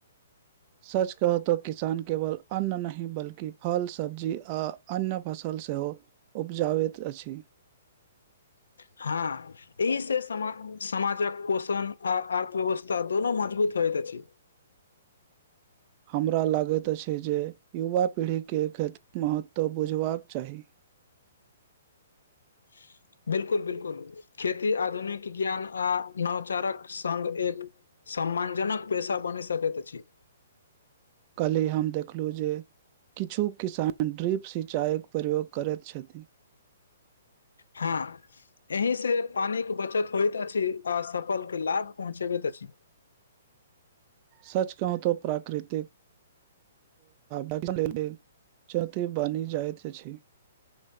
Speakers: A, on the right; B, on the left.
A: सच कहअ तँ किसान केवल अन्न नहि बल्कि फल सब्जी आ अन्य फसल से सेहो उपजाबैत अछि
B: <inaudible> हँ एहि से समा समाजक पोषण आ अर्थव्यवस्था दोनो मजबूत होयत अछि
A: हमरा लागैत अछि जे युवा पीढ़ी केँ खेति के महत्व बुझबाक चाही
B: <inaudible> बिलकुल बिलकुल खेती आधुनिक ज्ञान आ नवचारक सङ्ग एक सम्मानजनक पेशा बनि सकैत अछि
A: काल्हि हम देखलु जे किछु किसान ड्रिप सिंचायक प्रयोग करैत छथि
B: हँ एहि से पानी के बचत होइत अछि आ सफल के लाभ पहुँचे होइत अछि
A: सच कहूं तो प्राकृतिक दर्शन लेल चौति बनि जाइत अछि